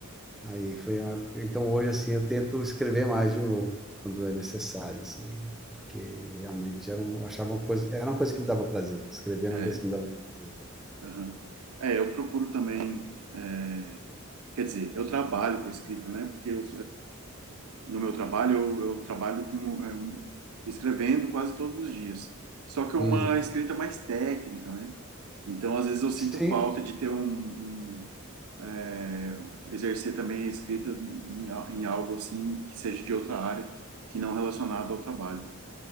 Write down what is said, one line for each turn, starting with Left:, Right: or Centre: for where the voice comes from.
Centre: Aí foi uma, então hoje assim eu tento escrever mais de novo quando é necessário, assim, porque realmente era um, achava uma coisa, era uma coisa que me dava prazer. Escrever era
Right: É,
Centre: uma coisa que me dava prazer.
Right: uhum. é, eu procuro também, é, quer dizer, eu trabalho com a escrita, né? Porque eu, no meu trabalho, eu, eu trabalho como, é, um- escrevendo quase todos os dias. Só que é uma
Centre: Uhum.
Right: escrita mais técnica, né? Então, às vezes, eu sinto
Centre: Sim,
Right: falta de ter um, um, é, exercer também a escrita em, a- em algo assim que seja de outra área, que não relacionada ao trabalho.